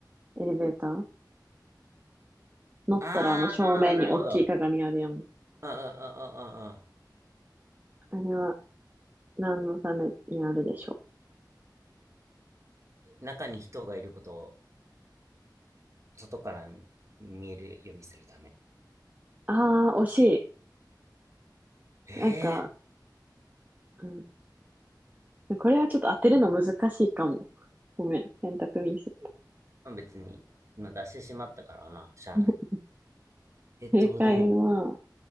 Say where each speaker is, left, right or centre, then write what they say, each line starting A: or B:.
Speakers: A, on the right; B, on the right.
A: エレベーター乗ったら、
B: ああー、
A: あの、正面に大きい鏡あるやん。
B: なるほど。ああ、ああ、ああ。
A: あれは、何のためにあるでしょ
B: 中に人がいることを外から見えるようにするため。
A: う。ああ、惜し
B: ええ
A: い。なんか、うん、これはちょっと当てるの難しいかも。ごめん、選択ミス。
B: まあ、別に、まあ、出してしまったからな、しゃあない。
A: <laughs>
B: えっと、
A: 正解は、
B: でも、